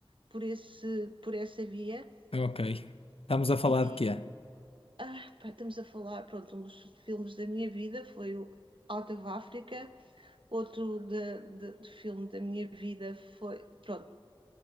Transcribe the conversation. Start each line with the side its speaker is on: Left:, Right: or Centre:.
Right: por, esse, por essa via.
Left: Ok. Estamos a falar
Right: E
Left: de quê?
Right: ah, pá, estamos a falar, pronto, um dos filmes da minha vida foi o Out of Africa, outro de, de, de filme da minha vida foi, pronto,